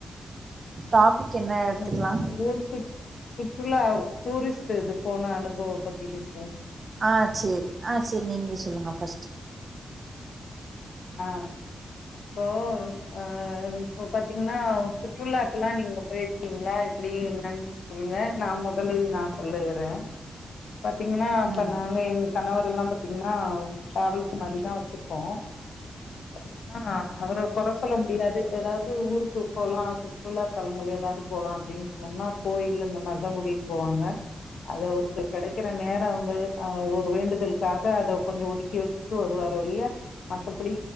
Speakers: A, on the right (about 35°); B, on the left (about 75°).
A: டாபிக் என்ன எடுத்துக்கலா
B: <unintelligible> சுற்றுலா டூரிஸ்ட் இது போன அனுபவ பத்தி பேசுவோம்.
A: ஆ செரி ஆ செரி நீங்களே சொல்லுங்க பஸ்ட்ட்
B: ஆஹ் இப்போ அஹ் இப்ப பாத்தீங்கன்னா சுற்றுலாக்கல்லாம் நீங்க போயிருக்கீங்களா எப்படி என்னன்னு சொல்லுங்க நான் முதலில் நான் சொல்லடுறேன் பாத்தீங்கன்னா இப்ப
A: ம்
B: நாங்க எங்க கணவர் எல்லாம் பாத்தீங்கன்னா டிராவல்ஸ் மாதிரிதான் வச்சிருக்கோம். அஹ் பாத்தீங்கன்னா அவரை குறை சொல்ல முடியாது ஏதாவது ஊருக்கு போலாம் சுற்றுலா தலங்கள் ஏதாவது போலாம் அப்படின்னு சொன்னோம்னா கோயில் இந்த மாதிரிதான் கூட்டிக்கிட்டு போவாங்க அது அவருக்கு கிடைக்கிற நேரம் அவங்கஹ ஒரு வேண்டுதலுக்காக அதை கொஞ்சம் ஒதுக்கி வச்சுட்டு வருவாரோ ஒழிய எப்படி